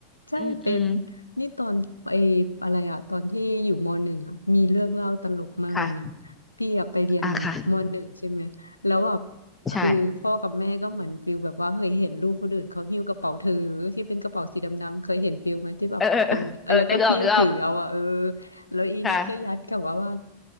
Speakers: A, on the left; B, on the left.
A: ใช่เป็น
B: อืมอืม
A: นี่ตอนไออะไรอะตอนที่อยู่มหนึ่งอะมีเรื่องเล่าตลกมากเลยนะ
B: ค่ะ
A: พี่อะไปเรียนมหนึ่งใช่ไหมแล้วอะ
B: อ่าค่ะ
A: คือพ่อกับแม่ก็เหมือนฟิลแบบว่าเคยเห็นลูกคนอื่นเขาหิ้วกระเป๋าถือที่เป็นกระเป๋าสีดำๆเคยเห็นฟิลไหมที่แบบดำเออแล้วก็หิ้วถือเอาอะเออ
B: ใช่เออเออเออเออนึกออกนึกออก
A: แล้วอีนี่ก็ยัดกับว่าว่า
B: ค่ะ